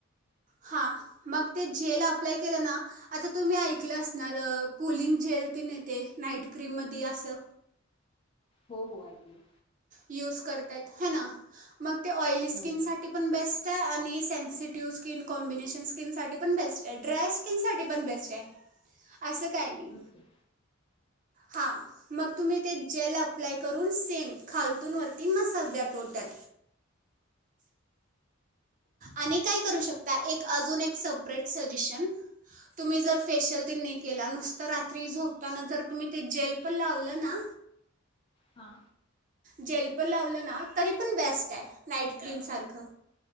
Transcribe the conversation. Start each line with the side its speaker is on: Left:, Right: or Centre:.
Right: हां मग ते जेल अप्लाय केलं ना आता तुम्ही ऐकलं असणार कुलिंग जेल तेन येते नाईट क्रीममध्ये असं
Left: हो हो ऐकलय
Right: युज करत्यात हाय ना मग ते ऑइली स्किनसाठी
Left: हो.
Right: पण बेस्ट स् आणि सेन्सिटिव्ह स्किन कॉम्बिनेशन स्किनसाठी पण बेस्ट आहे ड्राय स्किनसाठी पण बेस्ट आहे. असं काही नाई
Left: ओके.
Right: हा मग तुम्ही ते जेल अप्लाय करून सेम खालतून वरती मसाज द्या टोटल आणि काय करू शकता अजून एक सपरेट सजेशन तुम्ही जर फेशियल तेने केला नुसता रात्री झोपताना जर तुम्ही ते जेल पण लावलं ना
Left: हा
Right: जेल पण लावलं ना तरी पण बेस्ट आहे नाईट क्रीमसारखं